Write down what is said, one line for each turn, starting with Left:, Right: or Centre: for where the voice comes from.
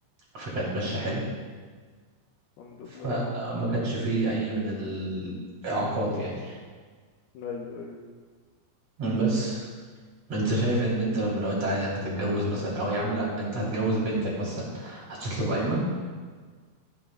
Right: فكانت ماشية
Left: امم
Right: حلو
Left: الحمد
Right: فما
Left: لله
Right: كانش فيه اي من الاعاقات يعني
Left: ايوه ايوه
Right: بس انت شايف ان انت لما لو انت عايز هتتجوز مثلا او يا عم لا انت هتجوز بنتك مثلا هتطلب قايمة